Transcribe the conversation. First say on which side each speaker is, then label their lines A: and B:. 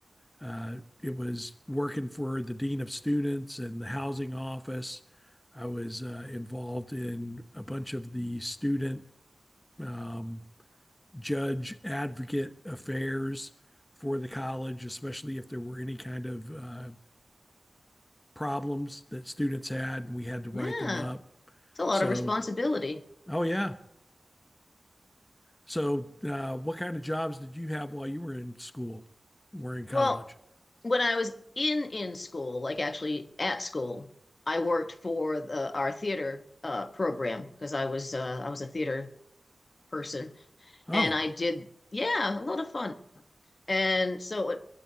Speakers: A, on the left; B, on the left.
A: Uh, it was working for the dean of students and the housing office. I was uh, involved in a bunch of the student um, judge advocate affairs for the college, especially if there were any kind of uh, problems that students had and we had to write
B: Yeah,
A: them up.
B: it's a lot
A: So,
B: of responsibility.
A: oh, yeah. So, uh, what kind of jobs did you have while you were in school or in college?
B: Well, when I was in in school, like actually at school, I worked for the, our theater uh, program because I was uh, I was a theater person,
A: Oh,
B: and I did yeah a lot of fun. And so at